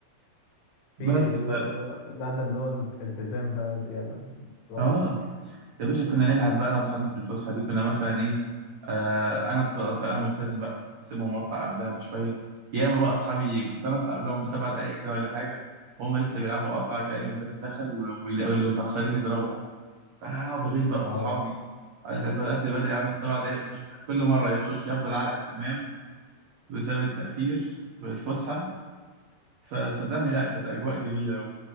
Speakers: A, on the right; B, on the left.
A: بس
B: في اللي
A: ف
B: هو- لا ده اللي هو الالتزام بقى زيادة نظام
A: اه
B: أوفر
A: يا باشا كنا نلعب بقى انا واصحابي في الفسحه دي كنا مثلا ايه آه انا ط- ط- انا ملتزم بقى فكنت اسيبهم واطلع قبلها بشويه ياما بقى اصحابي كنت انا اطلع قبلهم بسبع دقائق كده ولا حاجه وهم لسه بيلعبوا اطلع الاقي المدرس دخل و- ويلاقوا اللي متاخرين يضربهم هقعد اغيظ بقى
B: اه
A: في اصحابي عشان طلعت بدري عنهم سبع دقايق ودول كل مره يخشوا ياخدوا العلقه التمام بسبب التاخير والفسحه فصدقني لا كانت اجواء جميله قوي